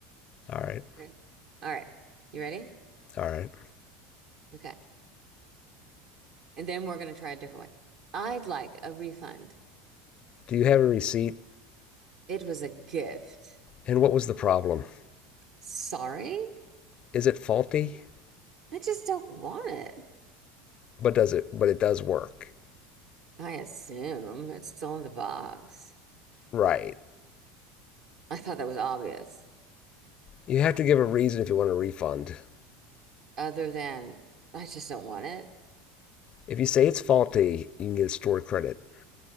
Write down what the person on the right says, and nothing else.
Okay. All right. You ready?
Okay. And then we're going to try a different way. I'd like a refund.
It was a gift.
Sorry?
I just don't want it.
I assume it's still in the box.
I thought that was obvious.
Other than, I just don't want it.